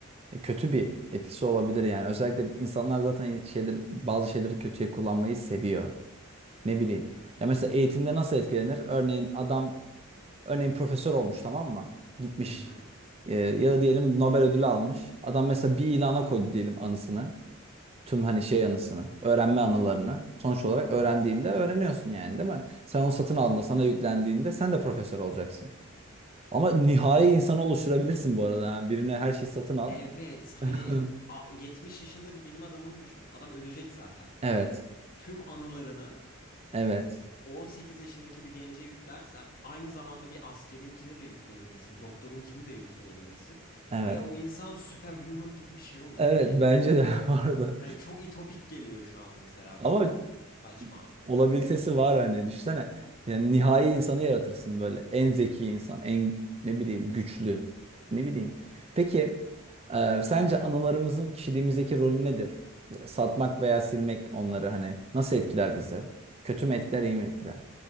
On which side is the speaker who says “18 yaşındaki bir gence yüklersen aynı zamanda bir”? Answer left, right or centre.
Left